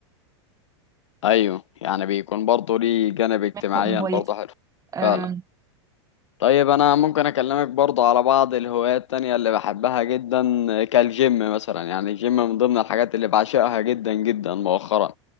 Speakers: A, on the left; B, on the right.
A: ايوه يعني بيكون برضه ليه جانب اجتماعيا
B: من
A: برضه
B: هوايتي
A: حلو
B: آم،
A: فعلا طيب انا ممكن اكلمك برضه على بعض الهوايات التانية اللي بحبها جدا كالجيم مثلا يعني الجيم من ضمن الحاجات اللي بعشقها جدا جدا مؤخرا